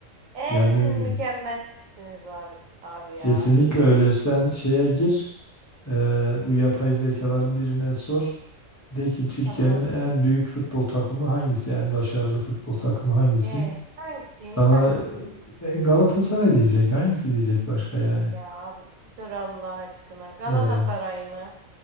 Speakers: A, on the right (about 80°); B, on the left (about 20°).
A: En
B: yani öyleyiz.
A: mükemmel sizsiniz abi abi ya.
B: Kesinlikle öyle. Sen şeye gir, e, bu yapay zekaların birine sor. De ki Türkiye'nin
A: Allah Allah.
B: en büyük futbol takımı hangisi? En başarılı futbol takımı hangisi?
A: Ee, hangisiymiş
B: Sana
A: hangisiyim?
B: e, e, Galatasaray diyecek. Hangisi diyecek başka yani?
A: Ya abi bir dur Allah aşkına. Galatasaray
B: Ee,
A: mı?